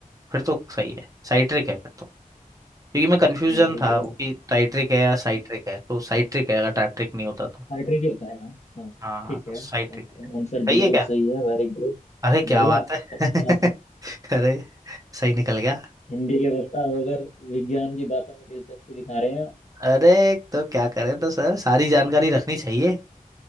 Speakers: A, on the right; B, on the left.
A: फिर तो सही है साइट्रिक है फिर तो क्योंकि मैं कंफ्यूजन
B: Very
A: था
B: good
A: वो कि टाइट्रिक है या साइट्रिक है तो साइट्रिक है अगर टाइट्रिक नहीं होता तो
B: आर्टरी भी होता है हाँ हाँ
A: हाँ
B: ठीक
A: तो
B: है
A: साइट्रिक है सही
B: आंसर बिल्कुल
A: है क्या
B: सही है वेरी गुड
A: अरे क्या
B: बढ़िया
A: बात
B: फर्स्ट
A: है <laughs>
B: क्लास
A: अरे सही निकल गया
B: हिंदी के वक्ता होकर विज्ञान की बातों में दिलचस्पी दिखा रहे हैं आप।
A: अरे तो क्या करें तो सर सारी जानकारी रखनी चाहिए